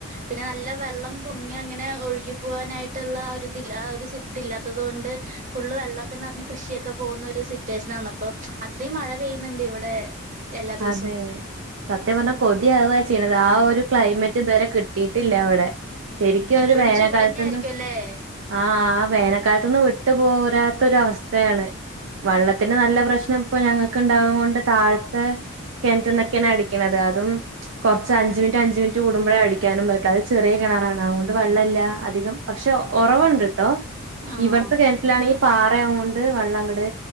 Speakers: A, on the right; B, on the right.
A: പിന്നെ നല്ല വെള്ളം പൊങ്ങി അങ്ങനെ ഒഴുകി പോവാനായിട്ടുള്ള ഇതി ആ ഒരു ഇതില്ലാത്തത് കൊണ്ട് ഫുള്ള് വെള്ളൊക്കെന്ന് പറഞ്ഞു കൃഷിയൊക്കെ പോകുന്നൊരു സിറ്റുവേഷനാണ് അപ്പൊ അത്രയും മഴ പെയ്യുന്നുണ്ട് ഇവിടെ എല്ലാ ദിവസവും
B: അതെ സത്യം പറഞ്ഞ കൊതി ആവുവ ചെയത് ആ ഒരു ക്ലൈമറ്റ് ഇതുവരെ കിട്ടിയിട്ടില്ല അവിടെ ശരിക്കും
A: ഇപ്പോഴും
B: ഒരു വേനക്കാലത്തുന്ന്
A: ചൂടന്നെ ആയിരിക്കും അല്ലേ
B: ആ ആ വേന മക്കാലത്തൊന്നും വിട്ട് പോരാത്തൊര അവസ്ഥയാണ് വെള്ളത്തിന് നല്ല പ്രശ്നം ഇപ്പൊ ഞങ്ങൾക്ക്ണ്ടാവും കൊണ്ട് താഴ്ത്തെ കിണറ്റന്നൊക്കെയാണ് അടിക്കുന്നത് അത കുറച്ച് അഞ്ച് മിനിറ്റ് അഞ്ചു മിനിറ്റ് കൂടുമ്പോഴേ അടിക്കാനും പറ്റ അത് ചെറിയ കിണാറാണ് അതുകൊണ്ട് വെള്ളമില്ല അധികം പക്ഷെ ഉറവുണ്ട് കേട്ടോ
A: ആഹ്
B: ഇവിടത്തെ കിണറ്റിലാണ ഈ പാറയാ കൊണ്ട് വെള്ളം ഉണ്ട്